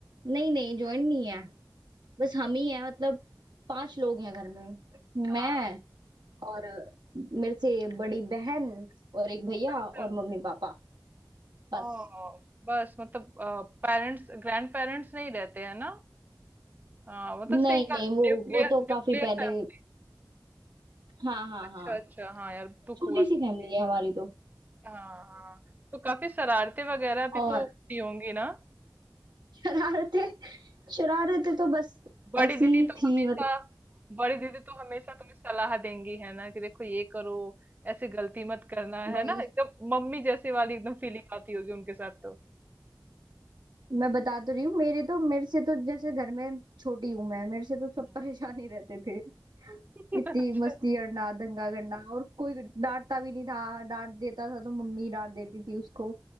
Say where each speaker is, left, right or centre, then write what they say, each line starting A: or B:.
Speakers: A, on the right (about 85°); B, on the right (about 25°).
A: नहीं नहीं ज्वाइन नहीं है बस हम ही हैं मतलब पांच लोग हैं घर में
B: हाँ
A: मैं और मेरे से बड़ी बहन और एक भैया
B: अच्छा।
A: और मम्मी पापा बस
B: ओ बस मतलब पेरेंट्स ग्रैंड पेरेंट्स नहीं रहते हैं ना हाँ मतलब
A: नहीं
B: सिंगल
A: नहीं वो
B: न्यूक्लियर
A: वो तो
B: न्यूक्लियर
A: काफी पहले
B: फैमिली
A: हाँ हाँ
B: अच्छा
A: हाँ
B: अच्छा हाँ यार दुख
A: छोटी
B: हुआ
A: सी
B: सुन के
A: फैमिली है हमारी तो
B: हाँ हाँ हाँ। तो काफी शरारते वगैरह भी
A: और
B: तो होती होंगी ना
A: शरारतें शरारतें तो बस
B: बड़ी
A: ऐसी
B: दीदी तो
A: थी
B: हमेशा
A: मतलब
B: बड़ी दीदी तो हमेशा तुम्हें सलाह देंगी है ना कि देखो ये करो ऐसी गलती मत करना
A: वही
B: है ना एकदम मम्मी जैसी वाली एकदम फीलिंग आती होगी उनके साथ तो
A: मैं बता तो रही हूँ मेरे तो मेरे से तो जैसे घर में छोटी हूँ मैं मेरे से तो सब
B: हम्म।
A: परेशान ही रहते थे
B: <laughs>
A: इतनी
B: अच्छा
A: मस्ती करना दंगा करना और कोई डांटता भी नहीं था डांट देता था तो मम्मी डांट देती थी उसको